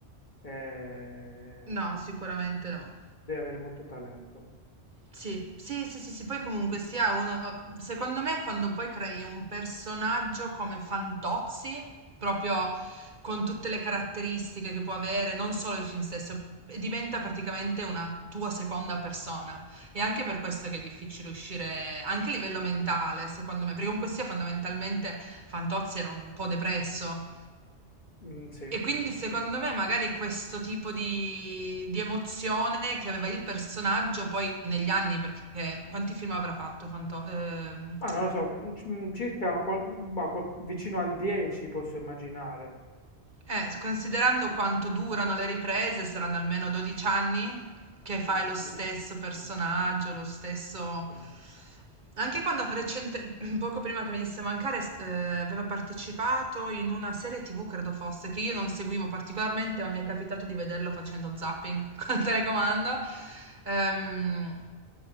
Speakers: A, on the left; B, on the right.
A: eh,
B: No, sicuramente no.
A: deve avere molto talento.
B: Sì, sì, sì, sì, sì, poi comunque sia uno, oh, secondo me quando poi crei un personaggio come Fantozzi, proprio con tutte le caratteristiche che può avere, non solo il film stesso, diventa praticamente una tua seconda persona. E anche per questo che è difficile uscire, anche a livello mentale, secondo me, perché comunque sia fondamentalmente Fantozzi era un po' depresso,
A: Mm, sì,
B: e quindi
A: <laughs>
B: secondo me magari questo tipo di, di emozione che aveva il personaggio poi negli anni, perché quanti film avrà fatto Fanto- ehm,
A: ma non lo so, mm, ci- mm, circa qual- bah, qual- vicino al 10 posso immaginare.
B: Eh, s- considerando quanto durano le riprese, saranno almeno 12 anni che fai
A: Possibile?
B: lo stesso personaggio,
A: Sì,
B: lo stesso...
A: sì,
B: Anche quando recente, <clears throat> poco prima che venisse a mancare, s- eh, aveva partecipato in una serie TV, credo fosse, che io non seguivo particolarmente, ma mi è capitato di vederlo facendo zapping <laughs> col telecomando. Ehm,